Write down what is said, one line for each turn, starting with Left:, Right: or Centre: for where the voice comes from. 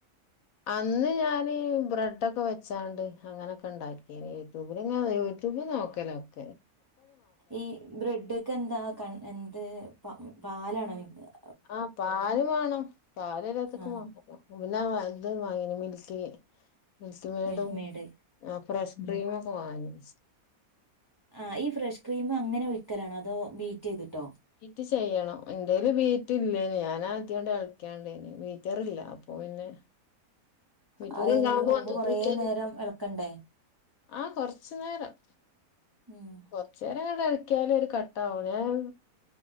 Left: അന്ന് ഞാൻ ബ്രെഡ് ഡോക്കെ വെച്ചാണ്ട് അങ്ങനെക്കെ ണ്ടാക്കീന്യേ യൂട്യൂബില് ങ്ങനെ യൂട്യൂബിൽ നോക്കലാ ഒക്കെ
Right: ഈ ബ്രഡ്ക്ക് ന്താ ക്ക ന്ത് പ പാലാണോ ഒഴിക്കാ
Left: ആ പാൽ വാണം പാൽ എല്ലത്ത്ക്കും
Right: ആഹ്
Left: വാണ പിന്നാ ആ തും വാങ്ങീനി മിൽക്കി മിൽക്കി മെയ്ഡും
Right: മിൽക്ക് മേഡ്
Left: ആഹ് ഫ്രഷ് ക്രീമൊക്കെ വാങ്ങി
Right: ആ ഈ ഫ്രഷ് ക്രീം അങ്ങനെ ഒഴിക്കലാണോ ഓ ബീറ്റയ്തിട്ടോ
Left: ബീറ്റ് ചെയ്യണം ന്റെൽ ബീറ്റ് ഇല്ലെനി ഞാനാ ഇതിനോട് എളക്ക്യാണ്ടേനി ബീറ്ററില്ല അപ്പൊ പിന്നെ മീറ്ററുണ്ടാവുമ്പോ
Right: അയ്‌ന്റെ മുമ്പ്
Left: ഒന്നും
Right: കൊറേ
Left: കൂടി ഒരു
Right: നേരം എളക്കണ്ടേ
Left: ആ കൊറച്ച് നേരം
Right: ഉം
Left: കൊറച്ചേരങ്ങട് എളക്ക് ക്ക്യാലും ഒരു കട്ടാവാണേ ഞാൻ